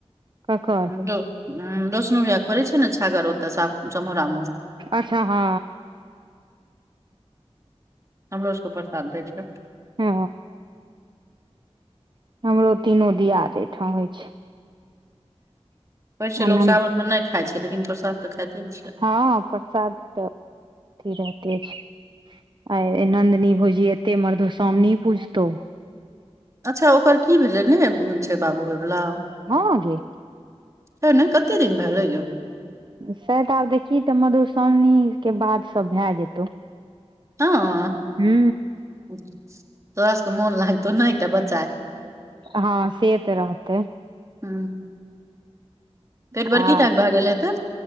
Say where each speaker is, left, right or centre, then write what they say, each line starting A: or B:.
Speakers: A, on the right; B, on the right.
A: ककर
B: ह दसनो भैया पड़ै छै ने छागर ओते साफ समोरा मे
A: अच्छा हँ
B: हमरोसकोपसखंथ दै छ
A: हॅ हमरो तीनो दियाद एहिठाम होय छै
B: पै छै
A: आनन्द
B: लोक सावनमे नहि खाय छै लेकिन प्रसाद तऽ खाइते न छै
A: हँ प्रसाद तऽ अथी रहते छै आ नन्दनी बुझही एते मधुश्रामनी
B: हूं
A: पूजतौ
B: अच्छा ओकर की भेलै ने छै बाबू हैवला
A: हँ गे
B: ह नहि कतेक दिन भए गेलै जे
A: शायद आब देखही तऽ मधुश्रावणीके बाद सब भए जेतौ
B: ह
A: हू
B: तोहरा सबक मोन लागतौ नहि एकटा ब
A: हँ से तऽ रहतै
B: ह पेट
A: आ
B: बरकी टाके भए गेल हेतै